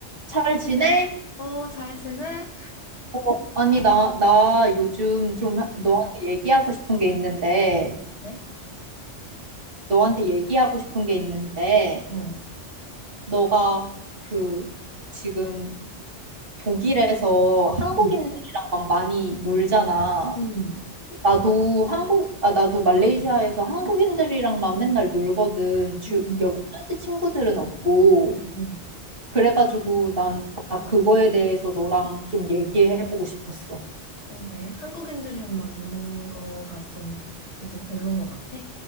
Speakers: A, on the right (about 50°); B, on the left (about 85°).
A: 잘 지내?
B: 어, 잘 지내?
A: 어, 아니, 나, 나 요즘 좀
B: 음,
A: 너한테 얘기하고 싶은 게 있는데,
B: 네?
A: 너한테 얘기하고 싶은 게 있는데,
B: 어.
A: 너가 그 지금 독일에서 한국인들이랑
B: 음.
A: 막 많이 놀잖아.
B: 음,
A: 나도 한국, 아, 나도 말레이시아에서 한국인들이랑만 맨날 놀거든. 주,
B: 음,
A: 여기 현지 친구들은 없고.
B: 음, 음.
A: 그래가지고 난, 나 그거에 대해서 너랑 좀 얘기해보고 싶었어.
B: 어, 왜? 한국인들이랑만 노는 거가 좀 요즘 별론 것 같아?